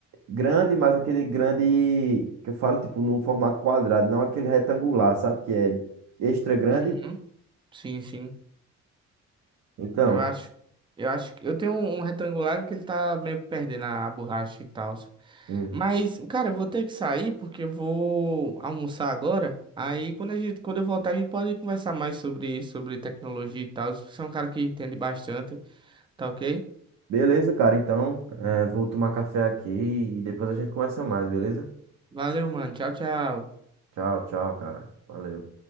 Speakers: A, on the right; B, on the right.
A: grande, mas aquele grande que eu falo, tipo, num formato quadrado, não aquele retangular, sabe? Que é extra grande.
B: Uhum. Sim, sim.
A: Então.
B: Eu acho, eu acho que eu tenho um, um retangular que ele tá meio que perdendo a, a borracha e tal.
A: hum.
B: Mas, cara, eu vou ter que sair porque eu vou almoçar agora. Aí quando a gente, quando eu voltar, a gente pode conversar mais sobre isso, sobre tecnologia e tal. Você é um cara que entende bastante, tá ok?
A: Beleza, cara. Então, eh, vou tomar café aqui e depois a gente conversa mais, beleza?
B: Valeu, mano. Tchau, tchau.
A: Tchau, tchau, cara. Valeu.